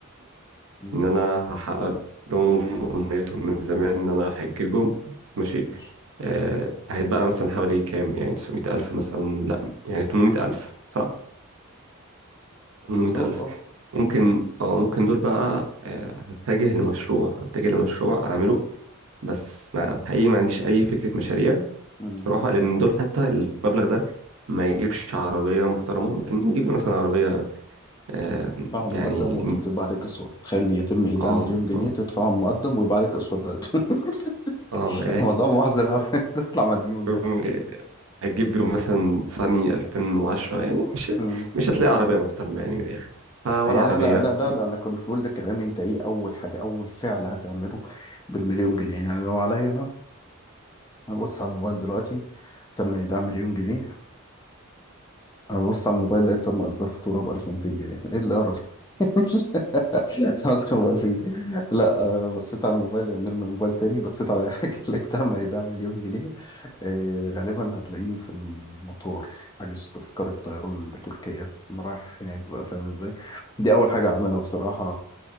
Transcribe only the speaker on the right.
ان انا هحقق لهم امنيتهم من زمان ان انا هحججهم ماشي
آه هيتبقى مثلا حوالي كام يعني 900 الف مثلا لا يعني 800 الف صح 800
الف
ممكن اه ممكن دول بقى آه هتجه لمشروع هتجه لمشروع اعمله بس ما حقيقي ما عنديش اي فكرة مشاريع
بصراحة لان دول حتى المبلغ ده ما يجيبش عربية محترمة ممكن يجيب لي مثلا عربية آه
يعني
اه
اه
اه
<laughs> هتجيب بيهم مثلا صني 2010 يعني مش
مش هتلاقي عربية محترمة يعني من الآخر فولا
عربية